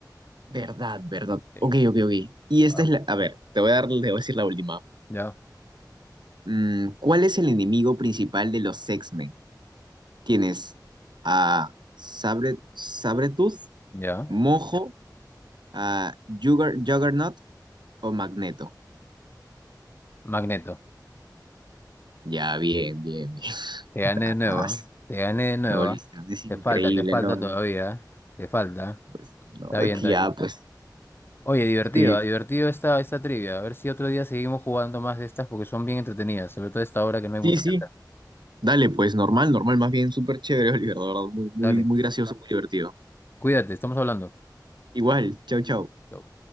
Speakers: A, on the right; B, on the left.
A: Verdad, verdad.
B: Sí.
A: Ok, ok, ok. Y esta
B: Ah,
A: es la... A ver, te voy a dar, te voy a decir la última.
B: Ya,
A: Mm, ¿cuál es el enemigo principal de los X-Men? Tienes a Sabre, Sabretooth,
B: ya.
A: Mojo, a Jugger- Juggernaut o Magneto.
B: Magneto.
A: Ya, bien, bien, bien.
B: Te gané
A: <laughs>
B: de nuevo.
A: Ah,
B: Te gané de nuevo.
A: me volviste, es increíble,
B: Te falta, te falta
A: ¿no?
B: todavía. Te falta.
A: Pues, no,
B: Está bien,
A: es que
B: está
A: ya,
B: bien.
A: pues.
B: Oye, divertido,
A: Sí,
B: ah, divertido esta, esta trivia. A ver si otro día seguimos jugando más de estas porque son bien entretenidas, sobre todo esta hora que no hay mucho
A: sí, sí.
B: que hacer.
A: Dale, pues, normal, normal, más bien súper chévere, Oliver, de verdad, muy, muy,
B: Dale,
A: muy gracioso, muy divertido.
B: cuídate, estamos hablando.
A: Igual, chau, chau.
B: Chau.